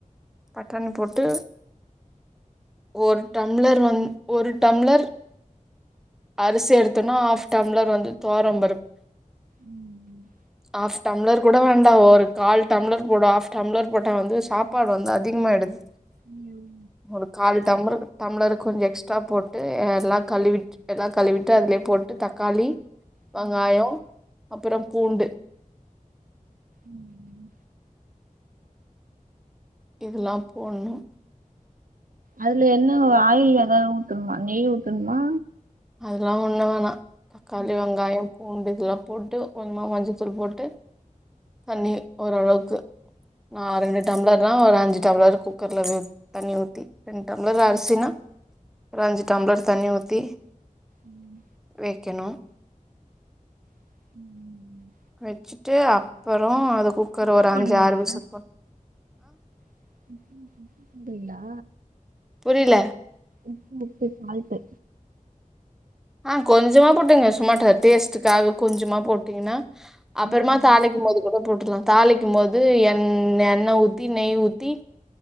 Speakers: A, in the centre; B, on the right.
A: பட்டாணி போட்டு ஒரு டம்ளர் வந் ஒரு டம்ளர் அரிசி எடுத்தோன்னா ஹாஃப் டம்ளர் வந்து தோரம்பருப்
B: ம் ம்
A: ஆஃப் டம்ளர் கூட வேண்டா ஒரு கால் டம்ளர் போடு ஆஃப் டம்ளர் போட்டா வந்து சாப்பாடு வந்து அதிகமாயிடுது
B: ம்
A: ஒரு கால டம்ளறு டம்ளர் கொஞ்ச எக்ஸ்ட்ரா போட்டு எல்லா கழுவிட் எல்லா கழுவிட்டு அதுலயே போட்டு தக்காளி
B: ம்
A: வெங்காயொ அப்புற பூண்டு
B: ம்
A: இதுல்லா போட்ணு
B: அதுல என்ன ஆயிள் ஏதாவது ஊத்தணுமா நெய் ஊத்தணுமா
A: அதெல்லா ஒண்ணு வேணா தக்காளி
B: ம்
A: வெங்காய பூண்டு எல்லா போட்டு கொஞ்சமா மஞ்சத்தூள் போட்டு தண்ணி ஓரளவுக்கு நா ரெண்டு டம்ப்ளர்னா ஒரு அஞ்சு டம்ளர் குக்கர்ல உ தண்ணி ஊத்தி ரெண்டு டம்பளர்
B: ம்
A: அரிசினா ஒரு அஞ்சு டம்ளர் தனி ஊத்தி
B: ம்
A: வெக்கணு
B: ம் ம் ம்
A: வெச்சுட்டு அப்புறோ அது குக்கர்
B: உப்பு
A: ஒரு
B: போடுவீங்களா
A: அஞ்சு ஆறு விசில் பொ
B: <inaudible> ரிங்களா
A: புரியல
B: உப்பு உப்பு சால்ட்டு
A: ஆ கொஞ்சமா பொட்டுங்க சும்மாட்டா டேஸ்டுக்காக கொஞ்சமா போட்டீங்கன்னா அப்புறமா
B: ம் ம்
A: தளிக்கும் போது கூட போட் டுக்லா தாளிக்கும் போது எண் எண்ணெ ஊத்தி நெய் ஊத்தி